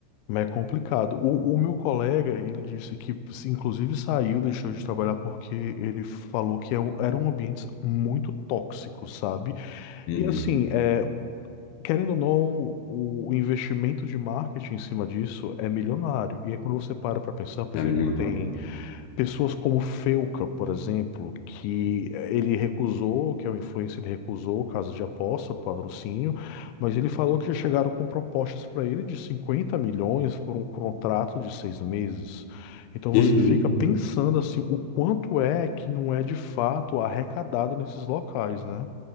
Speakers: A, on the left; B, on the left.
A: Mas é complicado. O, o meu colega, ele disse que, se- inclusive, saiu, deixou de trabalhar porque ele falou que é um- eram ambientes muito tóxico sabe?
B: uhum,
A: E assim, é, querendo ou não, o, o investimento de marketing em cima disso é milionário. E aí, quando você para para pensar, por
B: é
A: exemplo,
B: milionário.
A: tem. Pessoas como Felca, por exemplo, que eh, ele recusou, que é o influencer, ele recusou casa de aposta, patrocínio, mas ele falou que já chegaram com propostas para ele de 50 milhões por um contrato de seis meses. Então você
B: E aí?
A: fica pensando assim, o quanto é que não é de fato arrecadado nesses locais, né?